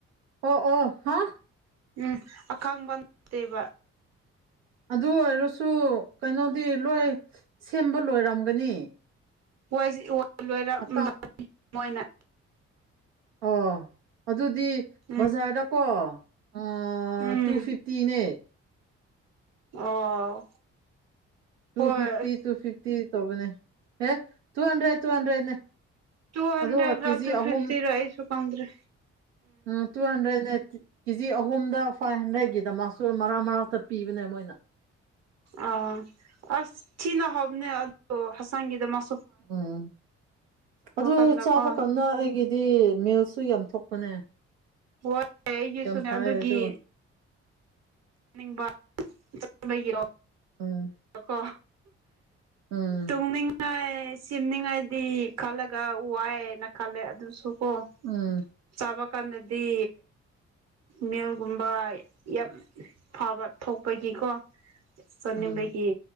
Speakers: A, on the right (about 80°); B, on the right (about 45°).
A: ꯑꯣ ꯑꯣ ꯍꯥ
B: ꯎꯝ ꯑꯈꯪꯕ ꯅꯠꯇꯦꯕ
A: ꯑꯗꯨ ꯑꯣꯏꯔꯁꯨ ꯀꯩꯅꯣꯗꯤ ꯂꯣꯏ ꯁꯦꯝꯕ ꯂꯣꯏꯔꯝꯒꯅꯤ
B: <unintelligible>
A: ꯑꯀꯥ
B: ꯃꯣꯏꯅ
A: ꯑꯣ ꯑꯗꯨ ꯑꯗꯨꯗꯤ
B: ꯎꯝ
A: ꯕꯖꯥꯔꯗꯀꯣ ꯑꯥ
B: ꯎꯝ
A: ꯇꯨ ꯐꯤꯚꯇꯤꯅꯦ
B: ꯑꯣ
A: ꯇꯨ
B: ꯍꯣꯏ
A: ꯐꯤꯐꯇꯤ ꯇꯨ ꯐꯤꯐꯇꯤ ꯇꯧꯕꯅꯦ ꯍꯦ ꯇꯨ ꯍꯟꯗ꯭ꯔꯦꯠ ꯇꯨ ꯍꯟꯗ꯭ꯔꯦꯠꯅꯦ
B: ꯇꯨ ꯍꯟꯗ꯭ꯔꯦꯗ
A: ꯑꯗꯨꯒ
B: ꯔ
A: ꯀꯦꯖꯤ
B: ꯇꯨ
A: ꯑꯍꯨꯝ
B: ꯐꯤꯐꯇꯤꯔ ꯑꯩꯁꯨ ꯀꯪꯗ꯭ꯔꯦ
A: ꯎꯝ ꯇꯨ ꯍꯟꯗ꯭ꯔꯦꯠꯅꯦ ꯀꯦꯖꯤ ꯑꯍꯨꯝꯗ ꯐꯥꯏꯚ ꯍꯟꯗ꯭ꯔꯦꯠꯀꯤꯗꯃꯛꯁꯨ ꯃꯔꯛ ꯃꯔꯛꯇ ꯄꯤꯕꯅꯦ ꯃꯣꯏꯅ
B: ꯑꯥ ꯑꯁ ꯊꯤꯅ ꯍꯥꯎꯕꯅꯦ ꯑꯗꯣ ꯍꯆꯥꯡꯒꯤꯗꯃꯛ
A: ꯎꯝ ꯑꯗꯨ
B: ꯀꯥꯟꯗꯀꯣ
A: ꯆꯥꯕ ꯀꯥꯟꯗ ꯑꯩꯒꯤꯗꯤ ꯃꯤꯜꯛ ꯁꯨ ꯌꯥꯝ ꯊꯣꯛꯄꯅꯦ
B: ꯍꯣꯏ ꯑꯩꯒꯤꯁꯨꯅꯦ
A: ꯌꯥꯝ ꯐꯩ
B: ꯑꯗꯨꯒꯤ
A: ꯑꯗꯣ
B: ꯅꯤꯡꯕ <unintelligible> ꯠꯒꯤꯔꯣ
A: ꯎꯝ
B: ꯀꯣ
A: ꯎꯝ
B: ꯇꯨꯝꯅꯤꯡꯉꯦ ꯁꯦꯝꯅꯤꯡꯉꯥꯏꯗꯤ ꯈꯜꯂꯒ ꯋꯥꯏꯌꯦꯅ ꯈꯜꯂꯦ ꯑꯗꯨꯁꯨ ꯑꯣ
A: ꯎꯝ
B: ꯆꯥꯕ ꯀꯥꯟꯗꯗꯤ ꯃꯤꯜꯒꯨꯝꯕ ꯌꯥꯝ ꯐꯕ ꯊꯣꯛꯄꯒꯤꯀꯣ ꯆꯅꯤꯡꯕꯒꯤ
A: ꯎꯝ